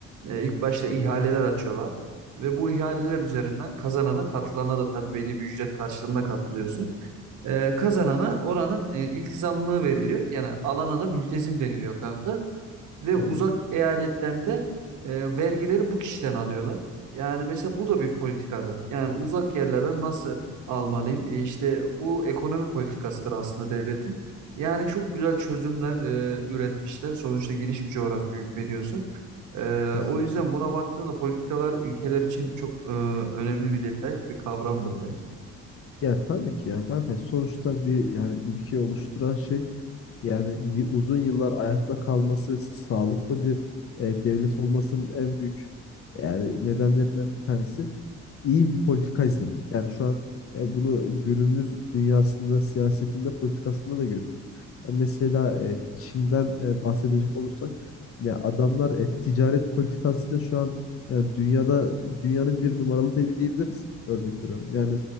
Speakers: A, on the right (about 75°); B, on the left (about 50°).
A: E, ilk
B: hı
A: başta
B: hı,
A: ihaleler açıyorlar ve bu ihaleler üzerinden kazanana, katılana da tabii belli bir ücret karşılığında katılıyorsun. E, kazanana oranın e, iltizamlığı veriliyor. Yani alana da mültezim deniliyor kanka. Ve
B: hı
A: uzak
B: hı,
A: eyaletlerinde e, vergileri bu kişiden alıyorlar. Yani mesela bu da bir politikadır. Yani uzak yerlere nasıl almalıyım? E, işte bu ekonomi politikasıdır aslında devletin. Yani çok güzel çözümler e, üretmişler. Sonuçta geniş bir coğrafya hükmediyorsun. E,
B: kesinlikle.
A: o yüzden buna baktığında politikalar ülkeler için çok e, önemli bir detay, bir kavramdır bence.
B: Ya tabii ki yani kanka sonuçta bir yani ülke oluşturan şey Yani y- uzun yıllar ayakta kalması, sağlıklı bir e, devlet olmasının en büyük yani nedenlerinden bir tanesi iyi bir politika izlemek. Yani şu an e, bunu günümüz dünyasında, siyasetinde, politikasında da görüyoruz. Ya Mesela e, Çin'den e, bahsedecek olursak ya adamlar e, ticaret politikasıyla şu an yani dünyada dünyanın bir numaralı devi diyebiliriz. Örnek veriyorum. Yani